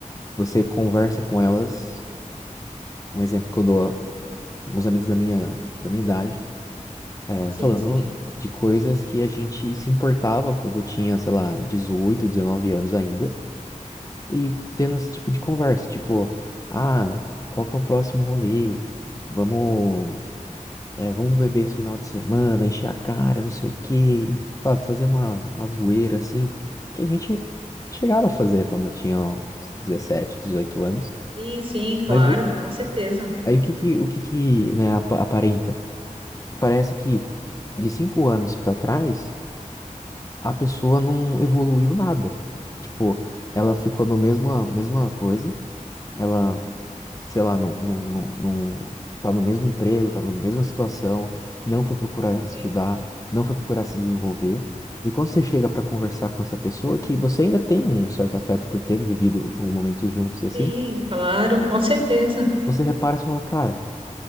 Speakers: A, on the left (about 25°); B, on the right (about 45°).
A: você conversa com elas, um exemplo que eu dou alguns amigos da minha, da minha idade, eh,
B: Sim,
A: falando
B: sim.
A: de coisas que a gente se importava quando tinha, sei lá, 18, 19 anos ainda, e tendo esse tipo de conversa, tipo, ah, qual que é o próximo rolê? Vamos É, vamos beber esse final de semana, encher a cara, não sei o quê, e, sabe, fazer uma, uma zoeira assim, que a gente chegava a fazer quando eu tinha ó, uns 17, 18 anos.
B: Sim, sim, claro,
A: Mas o-
B: com certeza.
A: aí o que que, o que que, né, apa- aparenta? Parece que de 5 anos pra trás, a pessoa não evoluiu nada. Tipo, ela ficou na mesma, mesma coisa, ela sei lá, no, no, no, no- tá no mesmo emprego, tá na mesma situação, não foi procurar estudar,
B: Sim,
A: não foi procurar se desenvolver. E quando você chega para conversar com essa pessoa, que você ainda tem um certo afeto por ter vivido momentos juntos assim,
B: Sim, claro, com certeza.
A: você repara e fala, cara,